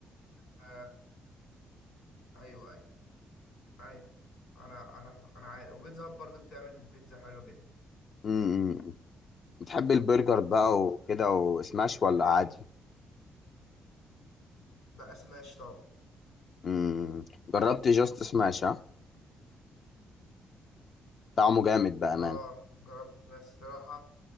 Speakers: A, on the left; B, on the left.
A: آه، ايوه ايوه ايوه انا انا انا عارف وبيتزا هب برضه بتعمل بيتزا حلوه جدا
B: امم بتحب البرجر بقى وكده وسماش
A: انت
B: ولا
A: فاهمني
B: عادي
A: لا سماش طبعا
B: امم جربت جاست سماش ها طعمه جامد بأمان
A: اه جربت بس صراحه